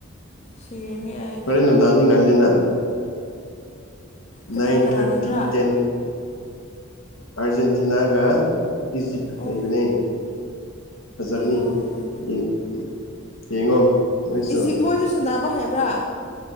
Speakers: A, on the left; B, on the left.
A: ꯁꯤꯔꯅꯤ ꯑꯩ
B: ꯍꯣꯔꯦꯟ ꯅꯨꯡꯗꯥꯡꯗꯤ ꯉꯜꯂꯤꯅ
A: ꯀꯅꯥ
B: ꯅꯥꯏꯟ
A: ꯀꯅꯥ
B: ꯊꯥꯔꯇꯤ
A: ꯂꯩꯕ꯭ꯔꯥ
B: ꯇꯦꯟ ꯑꯥꯔꯖꯦꯟꯇꯤꯅꯥꯒ ꯏꯖꯤꯞ
A: ꯑꯣ
B: ꯂꯩꯕꯅꯦ ꯐꯖꯔꯅꯤ
A: ꯑꯣ
B: ꯌꯦꯡ ꯌꯦꯡꯉꯣ ꯅꯣꯏꯁꯨ
A: ꯏꯖꯤꯞ ꯃꯣꯏꯖꯨ ꯁꯥꯟꯅꯕ ꯍꯩꯕ꯭ꯔꯥ